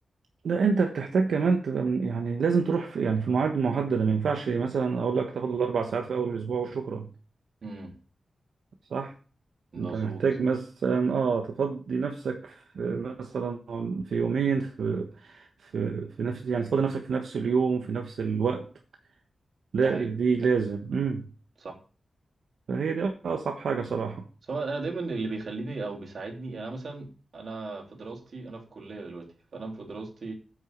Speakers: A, on the right; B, on the right.
A: لا انت بتحتاج كمان تبقى من- يعني لازم تروح في يعني في مواعيد محدده ما ينفعش مثلا اقول لك تاخد الاربع ساعات في اول الاسبوع وشكرا
B: امم
A: صح
B: مظبوط
A: انت محتاج مثلا اه تفضي نفسك في مثلا في يومين في في في نفس يعني تفضي نفسك في نفس اليوم في نفس الوقت لا
B: ده حقيقه
A: دي لازم امم
B: صح
A: فهي دي اصعب حاجه صراحه
B: بس هو انا دايما اللي بيخليني او بيساعدني يعني أنا مثلا انا في دراستي انا في كليه دلوقتي فانا في دراستي